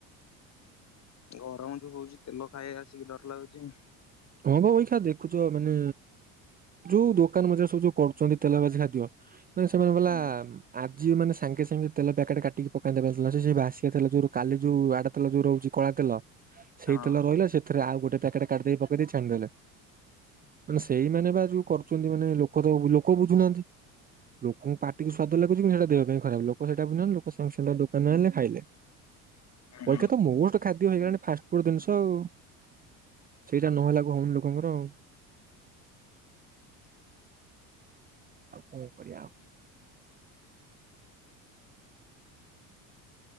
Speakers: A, on the left; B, on the right.
A: ଗରମ ଯୋଉ ହଉଛି ତେଲ ଖାଇ ଆସିକି ଡର ଲାଗୁଚି।
B: ହଁ ବା ଦେଖୁଛ ମାନେ ଯୋଉ ଦୋକାନ ମଜାର ସବୁ ଯୋଉ କରୁଛନ୍ତି ତେଲ ବାଜି ଖାଦ୍ୟ ମାନେ ସେମାନେ ବଲା
A: ହୁଁ
B: ଯିଏ ମାନେ ସାଙ୍ଗେ ସାଙ୍ଗେ ତେଲ ପ୍ୟାକେଟ କାଟିକି ପକାଇ ଦେବାରଥିଲା ସେ ଭାସିବା ତେଲ ଯୋଉ କାଲି ଯୋଉ ଆର ତେଲ ଯୋଉ ରହୁଛି କଳା ତେଲ ସେଇତେଲ
A: ହଁ
B: ରହିଲା ସେଥିରେ ଆଉ ଗୋଟେ ଗୋଟେ ପ୍ୟାକେଟ କାଟିଦେଇକି ପକେଇ ଦେଇ ଛାଣି ଦେଲେ ମାନେ ସେଇମାନେେ ବା ଯୋଉ କରୁଛନ୍ତି ମାନେ ଲୋକ ତ ଲୋକ ବୁଝୁନାହାନ୍ତି ଲୋକଙ୍କୁ ପାଟିକୁ ସ୍ଵାଦ ଲାଗୁଛି କି ସେଇଟା ଦେହ ପାଇଁ ଖରାପ ଲୋକ ସେଇଟା ବୁଝୁନାହାନ୍ତି ଲୋକ ସାଙ୍ଗେ ସାଙ୍ଗେ ଦୋକାନ ଆଣେ ଖାଇଲେ ଅଇକାତ
A: ହୁଁ
B: ମୋଷ୍ଟ ଖାଦ୍ୟ ହେଇଗଲାଣି ଫାଷ୍ଟ ଫୁଡ ଜିନିଷ ଆଉ। ସେଇଟା ନହେଲା କୁ ହଉନି ଲୋକଙ୍କର ଆଉ କଣ କରିବା ଆଉ